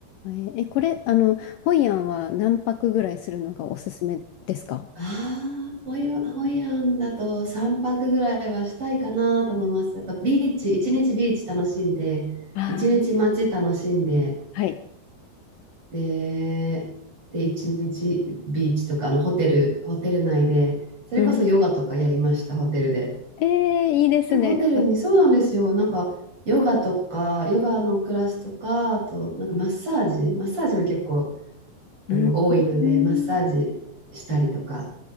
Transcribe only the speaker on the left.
えーえこれ、あの、ホイアンは何泊ぐらいするのがおすすめですか
ああー、
はい。
うん。
えー、いいですね。
うん。
うん。